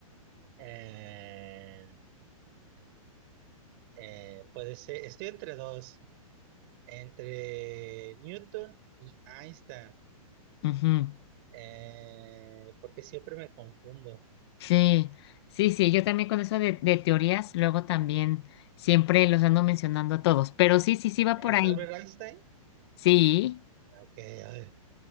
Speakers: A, on the right; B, on the left.
A: Eh, eh, puede ser, estoy entre dos, entre Newton y Einstein,
B: Ujú.
A: eh, porque siempre me confundo.
B: Sí, sí, sí, yo también con eso de, de teorías, luego también siempre los ando mencionando a todos, pero sí, sí, sí va
A: ¿Es
B: por ahí.
A: Albert Einstein?
B: Sí,
A: Ok, ay,